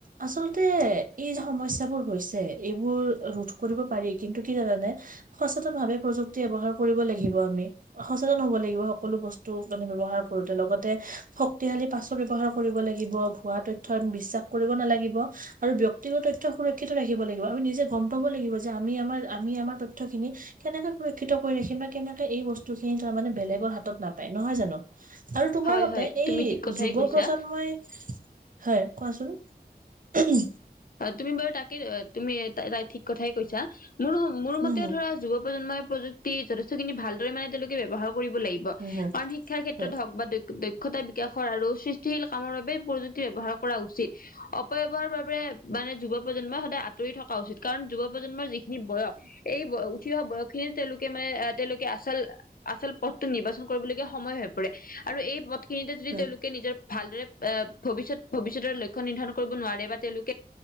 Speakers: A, on the right; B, on the left.
A: আচলতে এই যে সমস্যাবোৰ গৈছে এইবোৰ ৰোধ কৰিব পাৰি কিন্তু কি জানানে সচেতন ভাৱে প্ৰযুক্তি ব্যৱহাৰ কৰিব লাগিব আমি। সচেতন হব লাগিব সকলো বস্তু মানে ব্যৱহাৰ কৰোতে লগতে শক্তিশালী পাছ ব্যৱহাৰ কৰ লাগিব ভুৱা- তথ্যত বিশ্বাস কৰিব নালাগিব আৰু ব্যক্তিগত -তথ্য সুৰক্ষিত ৰাখিব লাগিব আমি নিজে গম পাব লাগিব যে আমি আমাৰ আমি আমাৰ তথ্য খিনি কেনেকে সুৰক্ষিত কৰি ৰাখিম বা কেনেকে এই বস্তু খিনি তাৰ মানে বেলেগৰ হাতত নাপায় নহয় জানো? আৰু তোমাৰ
B: হয়
A: মতে
B: হয়
A: এই
B: তুমি ঠিক কথাই
A: যুৱ
B: কৈছা।
A: প্ৰজন্মই, হয় কোৱাচোন? উম
B: অ', তুমি বাৰু তাকে তুমি ঠিক কথাই কৈছা মোৰ -মোৰ
A: উম
B: মতে
A: হম
B: ধৰা যুব প্ৰজন্মই প্ৰযুক্তি যথেষ্টখিনি ভালদৰে মানে তেওঁলোকে ব্যৱহাৰ কৰিব লাগিব।
A: হয়
B: কাৰণ শিক্ষাৰ ক্ষেত্ৰত
A: হয়
B: হক বা দক্ষতা বিকাশৰ আৰু সৃষ্টিশীল কামৰ বাবে প্ৰযুতি ব্যৱহাৰ কৰা উচিত। অপব্যৱহাৰৰ বাবে মানে যুৱ- প্ৰজন্মই সদায় আঁতৰি থকা উচিত কাৰণ যুৱ প্ৰজন্মৰ যিখিনি বয়স এই বয় থিয় বয়স খিনিত তেওঁলোকে মানে এ তেওঁলোকে আচল -আচল পথটোত নিৰ্বাচন কৰিবলগীয়া সময় হৈ পৰে আৰু এই পথ খিনিতে যদি
A: হয়
B: তেওঁলোকে নিজৰ ভালদৰে আহ ভৱিষ্যত -ভৱিষ্যতৰ লক্ষ্য নিৰ্ধাৰণ কৰিব নোৱাৰে বা তেওঁলোক অ